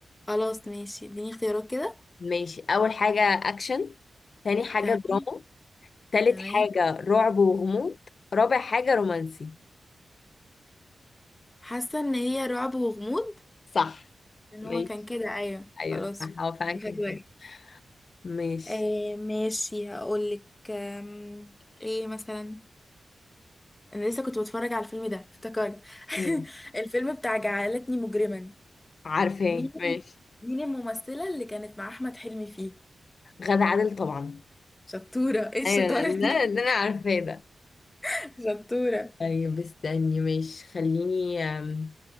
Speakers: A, on the left (about 15°); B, on the left (about 55°).
A: خلاص ماشي اديني اختيارات كده
B: ماشي اول حاجه اكشن تاني حاجه
A: تمام
B: دراما تالت
A: تمام
B: حاجه رعب وغموض رابع حاجه رومانسي
A: حاسة ان هي رعب وغموض
B: صح
A: ان
B: ماشي
A: هو كان كده ايوه
B: ايوه
A: خلاص
B: صح هو فعلا
A: واحد
B: كان
A: واحد
B: كده ماشي
A: آه ماشي هقولك آم، ايه مثلا انا لسه كنت بتفرج على الفيلم ده افتكرت
B: مم.
A: <laughs> الفيلم بتاع جعلتني مجرما
B: عارفه إيه؟
A: مين
B: ماشي
A: مين الممثلة اللي كانت مع احمد حلمي فيه
B: غادة عادل طبعا
A: شطورة ايه الشطارة
B: ايوه لا، ده
A: دي
B: اللي انا عارفاه ده
A: <laughs> شطورة
B: طيب استني ماشي خليني أم،